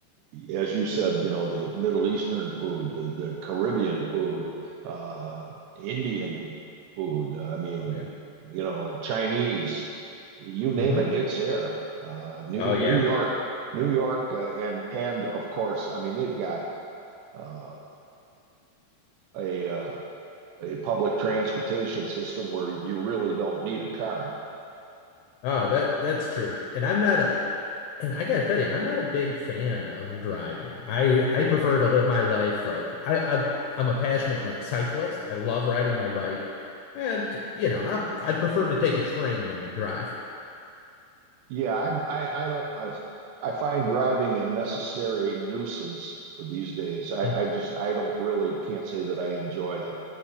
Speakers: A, on the right; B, on the left.
A: as you said, you know, the Middle Eastern food, the, the Caribbean food, uh, Indian food. I mean,
B: Oh yeah.
A: you know, uh, Chinese, you name
B: hmm
A: it, it's there. Uh, New
B: Oh yeah.
A: New York, New York, uh, and and of course, I mean, they've got uh, a uh, a public transportation system where you really don't need a car.
B: Oh, that that's true. And I'm not And I gotta tell you, I'm not a big fan of driving. I I prefer to live my life like I, I I'm a passionate like cyclist. I love riding my bike, and you know I I'd prefer to take a train than to drive.
A: Yeah, I'm I I don't I I find driving a necessary nuisance these days. I
B: Mm,
A: I just I don't really can't say that I enjoy it.